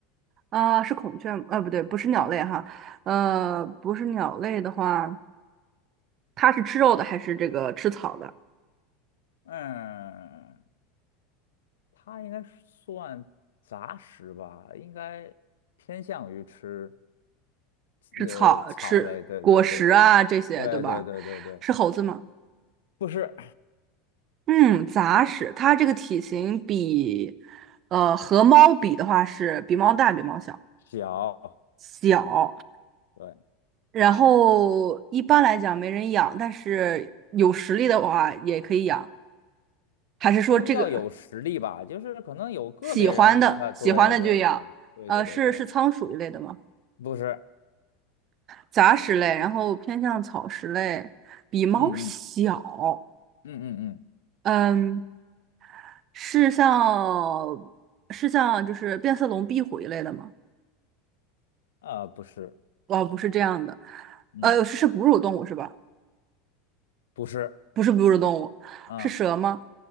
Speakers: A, on the right; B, on the left.
A: 啊，是孔雀吗，呃，不对，不是鸟类哈，呃，不是鸟类的话，它是吃肉的还是这个吃草的？
B: 嗯，它应该算杂食吧，应该偏向于吃。
A: 是草，
B: 呃，草类，
A: 吃果实啊这些，
B: 对对对对
A: 对吧？
B: 对对对对对，
A: 是猴子吗？
B: 不是
A: 嗯，杂食，它这个体型比，呃，和猫比的话是比猫大，比猫小，
B: 小，
A: 小。
B: 嗯，对，
A: 然后一般来讲没人养，但是有实力的话也可以养，还是说这个
B: 不能叫有实力吧，就是可能有个别人他，
A: 喜欢的喜欢的就养？
B: 对对对对对对对，
A: 呃，是是仓鼠一类的吗？
B: 不是，
A: 杂食类，然后偏向草食类，比猫小。
B: 嗯嗯嗯嗯嗯，
A: 嗯，是像是像就是变色龙、壁虎一类的吗？
B: 啊、不是，
A: 哦，不是这样的，
B: 嗯，
A: 呃，是是哺乳动物是吧？
B: 不是，
A: 不是哺乳动物，
B: 啊、
A: 是蛇吗？